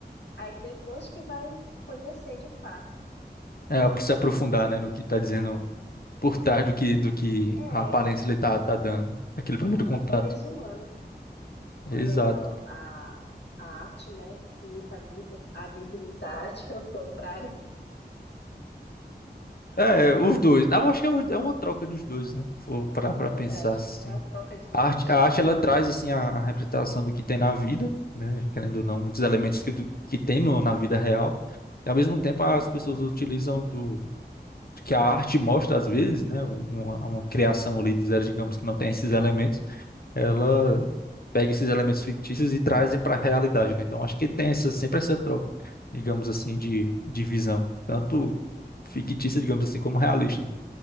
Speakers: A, on the left; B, on the left.
A: aí depois que vai conhecer de fato.
B: É, eu preciso aprofundar, né, no que tá dizendo por trás do que, do que
A: É,
B: a aparência ele tá, tá dando. Aquele primeiro
A: É a natureza
B: contato.
A: humana. Olha
B: Exato.
A: aí, ó, a, a arte, né, imita a vida, a vida imita a arte, <laughs> ao contrário.
B: É, os dois. Na verdade, é um- é uma troca dos dois, né? Se for parar
A: É
B: pra pensar
A: verdade,
B: assim.
A: uma troca de energia.
B: A arte, a arte ela traz assim a, a representação do que tem na vida, né? Querendo ou não, muitos elementos que, do, que tem no, na vida real. E ao mesmo tempo as pessoas utilizam do que a arte mostra às vezes, né? Um, Uma, uma criação ali do zero, digamos, que não tem esses elementos, ela pega esses elementos fictícios e trazem para a realidade, né? Então acho que tem essa, sempre essa troca, digamos assim, de, de visão, tanto fictícia, digamos assim, como realista. né?